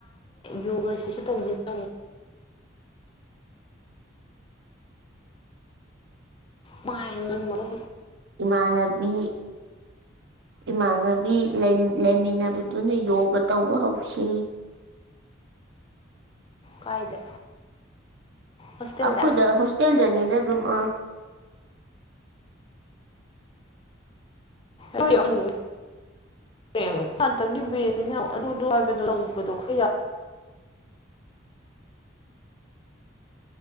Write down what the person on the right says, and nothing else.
ꯏꯃꯥꯟꯅꯕꯤ ꯏꯃꯥꯟꯅꯕꯤ ꯂꯩꯃꯤꯟꯅꯕꯗꯨꯅ ꯌꯣꯒ ꯇꯧꯕ ꯍꯧꯁꯤ
ꯑꯩꯈꯣꯏꯗ ꯍꯣꯁꯇꯦꯜꯗꯅꯤꯗ ꯑꯗꯨꯝ ꯑ